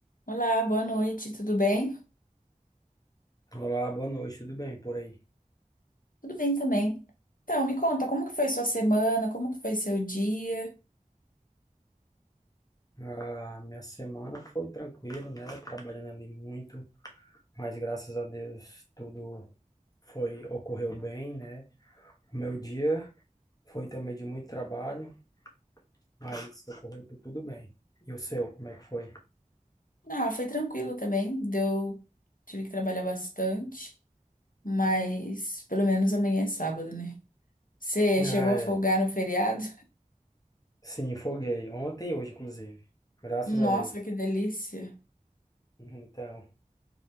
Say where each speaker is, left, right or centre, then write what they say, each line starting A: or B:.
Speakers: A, on the left (about 75°); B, on the left (about 25°).
A: Olá, boa noite, tudo bem?
B: Olá, boa noite, tudo bem por aí?
A: Tudo bem também. Então, me conta, como que foi sua semana? Como que foi seu dia?
B: A minha semana foi tranquila, né? Trabalhando ali muito, mas graças a Deus tudo foi ocorreu bem, né? O meu dia foi também de muito trabalho, mas ocorreu tu- tudo bem. E o seu, como é que foi?
A: Ah, foi tranquilo também. Deu, tive que trabalhar bastante, mas pelo menos amanhã é sábado, né? Você
B: Ah,
A: chegou
B: é.
A: a folgar no feriado?
B: Sim, foguei. Ontem e hoje, inclusive. Graças
A: Nossa,
B: a Deus.
A: que delícia!
B: Então,